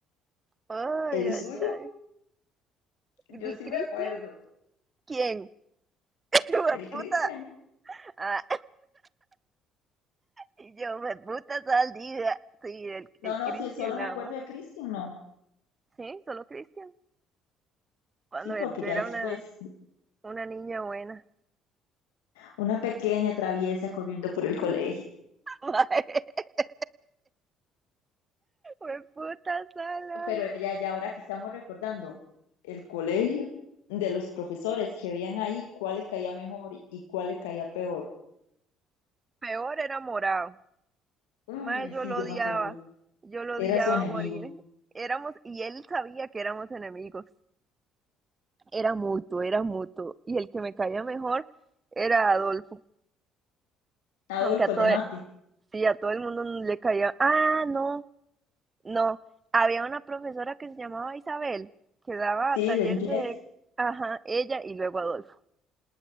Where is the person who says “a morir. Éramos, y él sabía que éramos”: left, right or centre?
Right